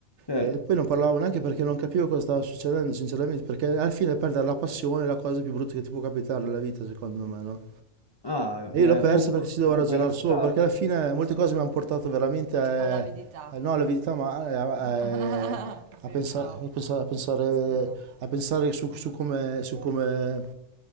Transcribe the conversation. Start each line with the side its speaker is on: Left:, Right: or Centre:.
Left: certo.
Right: E poi non parlavo neanche perché non capivo cosa stava succedendo, sinceramente, perché alla fine perdere la passione è la cosa più brutta che ti può capitare nella vita, secondo me, no?
Left: Ah,
Right: E
Left: eh,
Right: io l'ho persa
Left: tu
Right: perché si doveva
Left: me lo
Right: ragionare
Left: puoi raccontare?
Right: solo, perché alla fine molte cose mi hanno portato veramente All'avidità. a, a- no, all'avidità, ma eh, a, a- <laughs> a pensa- Pensavo. a pensa- a pensare, a pensare su, su come, su come